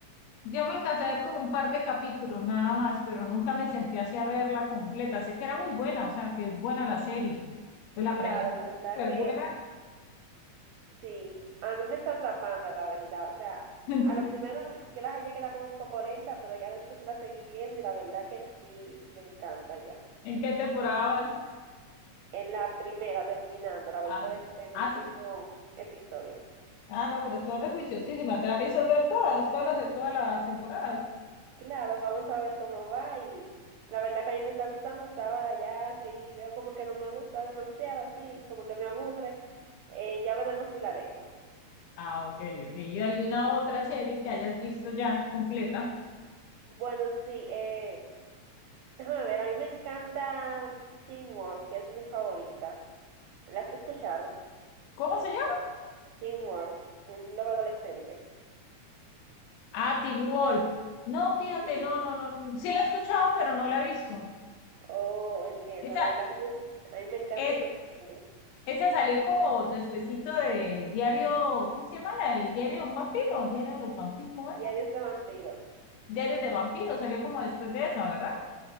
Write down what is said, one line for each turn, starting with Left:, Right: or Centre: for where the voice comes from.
Left: yo me alcancé a ver como un par de capítulos nada más, pero nunca me sentí así a verla completa. Sé que era muy buena, o sea, que es buena la serie. Pues la
Right: claro,
Left: premisa
Right: la
Left: es
Right: verdad
Left: súper
Right: que
Left: buena,
Right: Sí, a mí me está atrapando, la verdad. O sea,
Left: <laughs>
Right: a
Left: Sí.
Right: lo primero yo las hallé que era como un poco lenta, pero ya después la seguí viendo y la verdad que sí, me encanta ya.
Left: ¿En qué temporada vas?
Right: En la primera, terminando, la voy
Left: Ah,
Right: por el penúltimo
Left: ah, se-
Right: episodio.
Left: ah, no, pero esto es de juiciosísima. ¿Te la piensas ver todas, todas las de todas las temporadas?
Right: Claro, vamos a ver cómo va y la verdad que a mí me está gustando hasta ahora ya, sí, veo como que no me gusta demasiado, así, como que me aburre. Eh, ya veremos si la dejo.
Left: Ah, ok, ok. ¿Y alguna otra serie que hayas visto ya completa?
Right: Bueno, sí, eh, déjame ver, a mí me encanta Teen Wolf, que es mi favorita. ¿La has escuchado?
Left: ¿Cómo se llama?
Right: Teen Wolf, un lobo adolescente.
Left: Ah, Teen Wolf. No, fíjate,
Right: Sí.
Left: no, no, no. Sí la he escuchado, pero no la he visto.
Right: Oh, entiendo.
Left: Esa,
Right: La verdad que a mí a mí me encanta
Left: eh,
Right: esos serie.
Left: esa salió como despuesito de Diario, ¿cómo se llama? La, el Diario de un vampiro, Diario de los vampiros, ¿cómo era?
Right: Diarios de vampiros.
Left: *Diarios de vampiros, salió como después de esa, ¿verdad?